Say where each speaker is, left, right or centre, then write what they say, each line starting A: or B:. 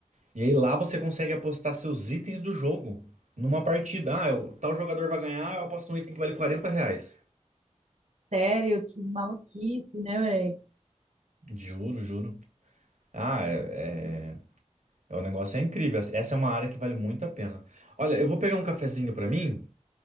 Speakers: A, on the right (about 85°); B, on the right (about 70°).
A: E aí lá você consegue apostar seus itens do jogo numa partida. Ah, eu- tal jogador vai ganhar, eu aposto um item que vale quarenta reais.
B: Sério, que maluquice, né, velho?
A: Juro, juro. Ah, é. é- O negócio é incrível. Essa é uma área que vale muito a pena. Olha, eu vou pegar um cafezinho pra mim,